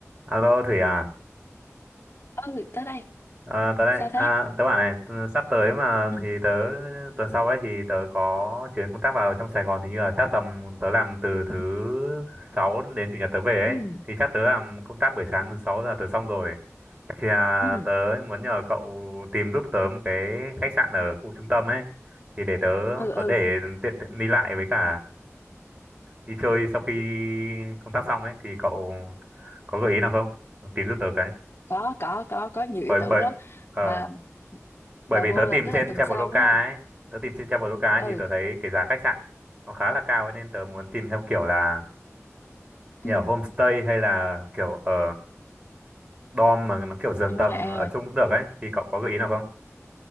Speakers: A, on the right; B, on the left.
A: Alo Thủy à,
B: ừ tới đây
A: à tớ đây
B: sao thế
A: à, tớ bảo này ừ, sắp tới mà
B: ừ
A: thì tớ tuần sau ấy thì tớ có chuyến công tác vào trong Sài Gòn thì như là chắc tầm tớ làm từ thứ sáu đến chủ nhật tớ về ấy
B: ừ
A: thì chắc tớ làm công tác buổi sáng thứ sáu là tớ xong rồi thì à,
B: ừ
A: tớ muốn nhờ cậu tìm giúp tớ một cái khách sạn ở khu trung tâm ấy thì để tớ
B: ừ
A: có
B: ừ
A: để tiện tiện đi lại với cả đi chơi sau khi công tác xong ấy thì cậu có gợi ý nào không tìm giúp tớ cái
B: có có có có nhiều ý
A: bởi
B: tưởng
A: bởi
B: lắm
A: ờ
B: mà
A: bởi
B: mà
A: vì
B: vô
A: tớ
B: là
A: tìm
B: tức
A: trên
B: là tuần
A: Traveloka
B: sau đó ha
A: ấy tớ tìm trên Traveloka ấy
B: ừ
A: thì tớ thấy cái giá khách sạn nó khá là cao ấy, nên tớ muốn tìm theo kiểu là nhà
B: ừ
A: ở homestay hay là kiểu ở dorm mà nó kiểu giường tầng
B: à à
A: ở chung cũng được ấy thì cậu có gợi ý nào không